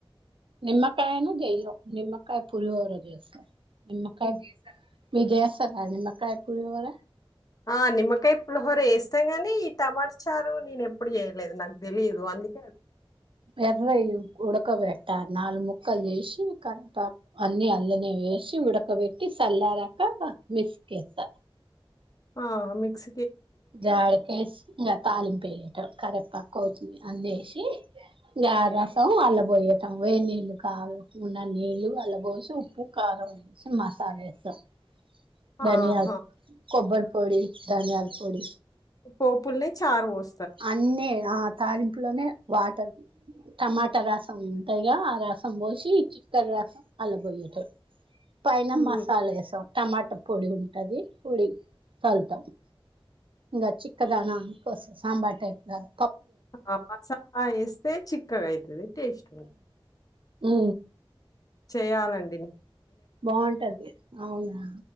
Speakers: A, on the right; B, on the left.
A: నిమ్మకాయను జెయ్యం నిమ్కాయ పులువోర జెస్తాం నిమ్మకాయ మీక్ జెయ్యొస్తదా నిమ్మకాయ పులివొర
B: ఆ నిమ్మకాయ పులిహోర వేస్తాం గానీ ఈ టమాటా చారు నేను ఎప్పుడు చేయలేదు నాక్ తెలిదు అందుకే
A: ఎర్రయ్ ఉడకబెట్ట నాలుగు ముక్కలు చేేసి కట్టప్ అన్ని అల్లనే ఏసి ఉడకబెట్టి చల్లారాక మిక్సీ కేస్త
B: ఆ మిక్స
A: జడికేస్ ఇంగ తాలింప్ వేయటం కరీవేపాకు అతుంది అదేసి గ రసం అల్ల పోయటం వేడి నీళ్ళు కా గ ఉన్న నీళ్ళు అల్ల పోసి ఉప్పు కారం వేసి మసాల వేస్తాం ధనియలు
B: ఆహా!
A: కొబ్బరి పొడి ధనియల్ ఒడి
B: పోపుల్నే చార్ పొస్
A: అన్నీ ఆ తాలింపులోనే వాటర్ టమాటా రసం ఉంటాది గా ఆ రసం పోసి చిక్కటి రసం అల్ల పొయ్యటం పైన
B: హ్మ్.
A: మసాలాలేసం టమాట పొడి ఉంటది పొడి సల్తాం ఇంగ చిక్కదానాన్కోస్ సాంబార్ టైప్ లాగా
B: ఆ మసాలా ఎస్తే చిక్కగాయితది టేస్ట్
A: హు
B: చేయ్యలండి
A: బాగుంటది అవునా